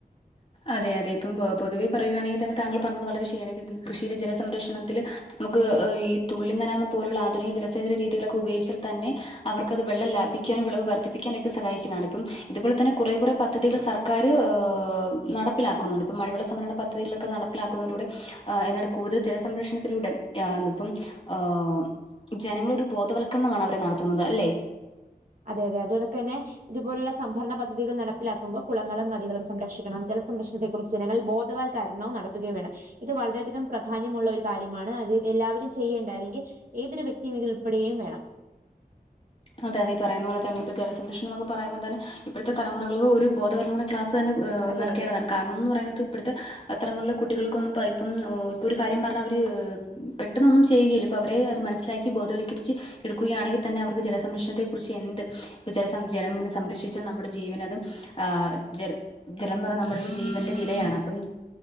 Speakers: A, on the left; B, on the right.
A: അതെ അതെ ഇപ്പം പൊതുവെ പറയുകയാണെങ്കിൽതെന്നെ താങ്കൾ പറഞ്ഞത് വളരെശെരിയാണ് ക് കൃഷിയില് ജലസംരക്ഷണത്തിന് നമുക്ക് ഈ തുള്ളിന്നന പോലുള്ള ആധുനികജലസേചന രീതികളൊക്കെ ഉപയോഗിച്ചാൽ തന്നെ അവർക്ക്അത് വെള്ളംലഭിക്കും വിളവ് വർധിപ്പിക്കാനൊക്കെ സഹായിക്കതാണ് ഇത്പോൽതെന്നെ കുറെ കുറെ പദ്ധതികൾ സർ ക്കാര് ഓഹ് നടപ്പിലാക്കുന്നുണ്ട് ഇപ്പം മഴവെള്ള സംവരണ പദ്ധതികളൊക്കെ നടപ്പിലാക്കുന്നതിലൂടെ എന്താണ് കൂടുതൽ ജലസംരക്ഷണത്തിലൂടെ യാത്പ്പം ഹാ ജനങ്ങളൊരു ബോധവൽക്കരണമാണ് അവരെ നടത്തുന്നത്അല്ലെ?
B: അതെ അതെ അതോക്കെന്നെ ഇതുപോലുള്ള സംഭരണപദ്ധതികൾ നടപ്പിലാക്കുമ്പോൾ കുളങ്ങളും നദികളും സംരക്ഷിക്കണം ജലസംരക്ഷണത്തെ കുറിച്ച് ജനങ്ങൾ ബോധവാൽക്കാരണവും നടത്തുകയും വേണം. ഇത് വളരെയധികം പ്രധാന്യമുള്ള ഒരു കാര്യമാണ്അത് എല്ലാവരും ചെയ്യേണ്ട അല്ലെങ്കി ഏതൊരു വ്യക്തിയുംഇതിൽ ഉൾപ്പെടെയുംവേണം.
A: അതെ അതെ ഇപറയുന്നപോലെതെന്നെ ഇപ്പോ ജലസംരക്ഷണം എന്നൊക്കെ പറയുമ്പോതെന്നെ ഇപ്പോഴത്തെ തലമുറൾക്ക് ഒരു ബോധവർരണ ക്ലാസ് തന്നെഏഹ്
B: അതെ
A: നൽകേണ്ടതാണ്.
B: അതെ
A: കാരണംമെന്ന് പറയുന്നത് ഇപ്പോഴത്തെ തലമുറയിലെ കുട്ടികൾക്കൊന്നും ഇപ്പം ഏഹ് ഇപ്പോൾ ഒരു കാര്യം പറഞ്ഞാൽ അവർ ഏഹ് പെട്ടെന്നൊന്നുംചെയ്യുകല്ല ഇപ്പൊ അവരെഅത് മനസ്സിലാക്ക ബോധവൽകരിച്ച് എടുക്കുകയാണെങ്കിതെന്നെ അവർക്ക് ജലസേ സംരക്ഷണത്തെ കുറിച്ച്എന്ത് ഇപ്പ ജെല ജെലങ്ങനെ സംരക്ഷിച്ചാൽ ന്നമ്മുടെ ജീവനഅതും ആഹ് ജെലം ജെലംന്ന് പറയുന്നെ ന്നമ്മുടെ ജീവന്റെ വിലയാണ് അപ്പം